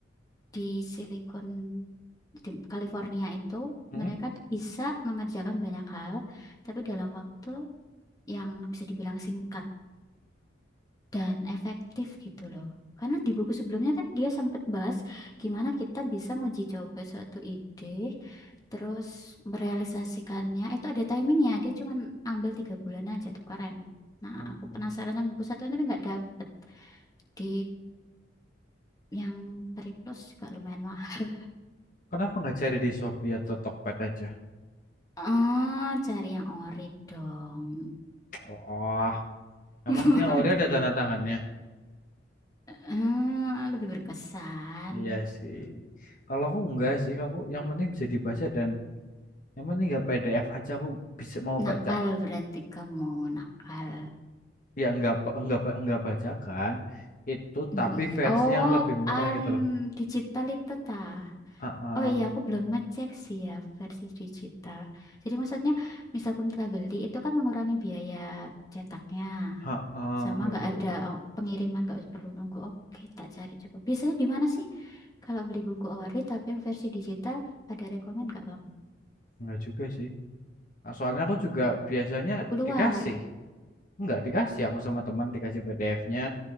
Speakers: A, on the left; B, on the left.
A: di Silicon di California itu
B: Hmm?
A: mereka tuh bisa mengerjakan banyak hal tapi dalam waktu yang bisa dibilang singkat dan efektif gitu loh. Karena di buku sebelumnya kan dia sempat bahas gimana kita bisa uji coba suatu ide, terus merealisasikannya. Itu ada timingnya, dia cuma ambil tiga bulan aja tuh keren. Nah,
B: Hmm.
A: aku penasaran sama buku satu tapi nggak dapet. Di yang Peri Plus juga lumayan mahal.
B: Kenapa enggak cari di Shopee atau Tokped aja?
A: Oh, cari yang ori dong.
B: Wah, emang
A: <laughs>
B: yang Ori ada tanda tangannya?
A: Eh, lebih berkesan.
B: Iya sih. Kalau aku enggak sih, aku yang penting bisa dibaca dan yang penting enggak PDF aja aku bisa mau
A: Nakal
B: baca.
A: berarti kamu nakal.
B: ya enggak pa- enggak ba- enggak bajakan itu
A: Mm-mm.
B: tapi versi
A: Oh,
B: yang lebih murah
A: an
B: gitu loh
A: digital itu ta.
B: Heeh,
A: Oh iya, aku belum ngecek sih ya versi digital. Jadi maksudnya, misalkan kita beli itu kan mengurangi biaya cetaknya,
B: heeh,
A: sama
B: gitu
A: nggak ada oh, pengiriman nggak perlu nunggu. Oke, tak cari coba. Biasanya di mana sih kalau beli buku ori tapi yang versi digital ada rekomen nggak kamu?
B: enggak juga sih Ah, soalnya aku juga biasanya
A: Buku luar.
B: dikasih enggak dikasih aku sama teman dikasih PDF-nya